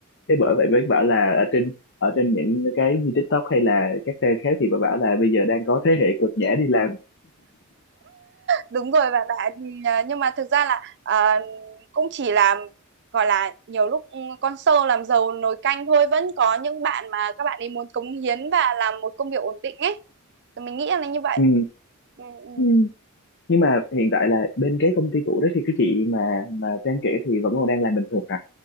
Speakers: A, on the left; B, on the right.
A: thế bởi vậy mới bảo là ở trên ở trên những cái như TikTok hay là các trang khác thì bà bảo là bây giờ đang có thế hệ cực nhã đi làm
B: Đúng rồi bạn ạ. Ừ, à, Nhưng mà thực ra là à, cũng chỉ là gọi là nhiều lúc ừ, con sâu làm rầu nồi canh thôi vẫn có những bạn mà các bạn ấy muốn cống hiến và làm một công việc ổn định ấy. Thì Mình nghĩ là như vậy.
A: ừ.
B: Ừ, ừ,
A: Ừ.
B: ừ.
A: nhưng mà hiện tại là bên cái công ty cũ đó thì cái chị mà mà Trang kể thì vẫn còn đang làm bình thường hả